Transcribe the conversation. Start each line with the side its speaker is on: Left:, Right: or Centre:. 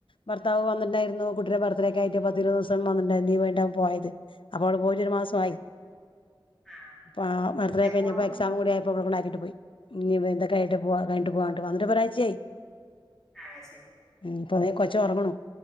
Left: ഭർത്താവ് വന്ന ണ്ടായിരുന്നു കുട്ടിടെ ബർത്ത്ഡേക്കെയി ട്ട് പത്തിരുപത് ദിവസം വന്നണ്ടെയിരന്ന് ലീവൈഞ്ഞിട്ടാ പോയത് അപ്പോള് പോയിറ്റ് ഒരു മാസൊയി
Centre: ആ
Left: പാ ബർത്തഡേക്കെ
Centre: എന്റെ മോള്
Left: കഴിഞ്ഞപ്പ എക്സാം കൂടി ആയപ്പോ ഇവള് ഇവി കൈട്ട് പോയി ഇനി ഇപ്പ എന്താ കയ്ട്ട് പോവാ കയിട്ട് പോവാട്ട് വന്നിട്ട് ഇപ്പ ഒരയേച്ചേയായ്
Centre: ആ ശരി
Left: ഇപ്പ തേ കൊച്ച് ഒറ്ങ്ണു